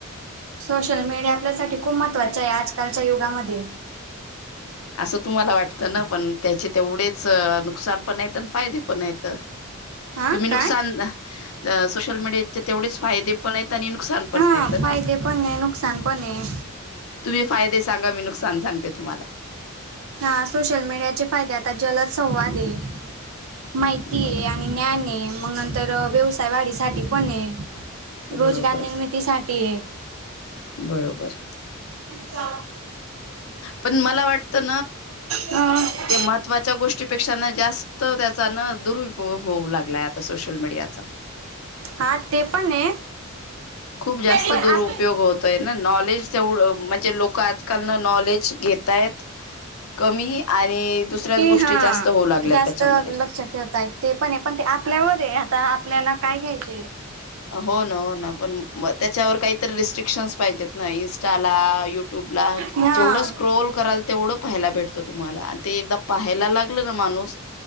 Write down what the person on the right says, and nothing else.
सोशल मीडिया आपल्यासाठी खूप महत्वाचा आहे. आज आजकालच्या युगामध्ये.
हा
काय
हा.
फायदे पण आहे, नुकसान पण आहे.
हा सोशल मीडियाचे फायदे आता जलद संवाद आहे. माहिती
आहे आणि ज्ञान आहे, मग न तर व्यवसायवाढीसाठी पण आहे
रोजगार निर्मितीसाठी आहे
जा
अ
हा ते पण आहे
पण आप
हा
जास्त
लक्षात ठेवतायत ते पण आहे पण ते आपल्यावर आहे आता आपल्याला काय घ्यायचं
हा